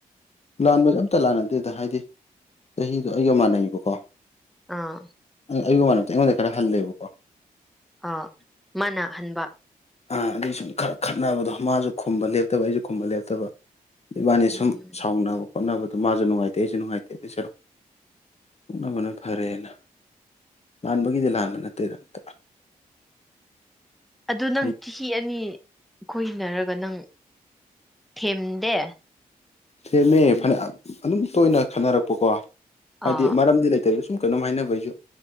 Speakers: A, on the left; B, in the centre.
A: ꯂꯥꯟꯕꯁꯦ ꯑꯝꯇ ꯂꯥꯟꯅꯗꯦꯗ ꯍꯥꯏꯗꯤ ꯆꯍꯤꯗꯣ ꯑꯩꯒ ꯃꯥꯟꯅꯩꯌꯦꯕꯀꯣ
B: ꯑꯥ
A: ꯑꯩꯒꯤ ꯃꯔꯝꯛꯇ ꯑꯩꯉꯣꯟꯗ ꯈꯔ ꯍꯂꯦꯕꯀꯣ
B: ꯑꯥ ꯃꯥꯅꯍꯟꯕ
A: ꯑꯥ ꯑꯗꯨꯒꯤ ꯁꯨꯝ ꯈꯔ ꯈꯠꯅꯕꯗꯣ ꯃꯥꯁꯨ ꯈꯨꯝꯕ ꯂꯦꯞꯇꯕ ꯑꯩꯁꯨ ꯈꯨꯝꯕ ꯂꯦꯞꯇꯕ ꯑꯗꯩ ꯏꯕꯥꯅꯤ
B: ꯎꯝ
A: ꯁꯨꯝ ꯁꯥꯎꯅꯕ ꯈꯣꯠꯅꯕꯗꯣ ꯃꯥꯁꯨ ꯅꯨꯡꯉꯥꯏꯇꯦ ꯑꯩꯁꯨ ꯅꯨꯡꯉꯥꯏꯇꯦ ꯑꯗꯨꯏ ꯆꯔꯣ ꯎ ꯃꯅ ꯐꯔꯦꯅ ꯂꯥꯟꯕꯒꯤꯗꯤ ꯂꯥꯟꯕ ꯅꯠꯇꯦꯗ ꯑꯝꯇ
B: ꯑꯗꯨ ꯅꯪ
A: ꯑꯩ
B: ꯆꯍꯤ ꯑꯅꯤ ꯀꯣꯏꯅꯔꯒ ꯅꯪ ꯊꯦꯝꯗꯦ
A: ꯊꯦꯝꯃꯦ ꯐꯅꯦꯛ ꯑꯗꯨꯝ ꯇꯣꯏꯅ ꯈꯟꯅꯔꯛꯄꯀꯣ ꯍꯥꯏꯗꯤ
B: ꯑꯥ
A: ꯃꯔꯝꯗꯤ ꯂꯩꯇꯕ ꯁꯨꯝ ꯀꯩꯅꯣꯝ ꯍꯥꯏꯅꯕꯩꯁꯨ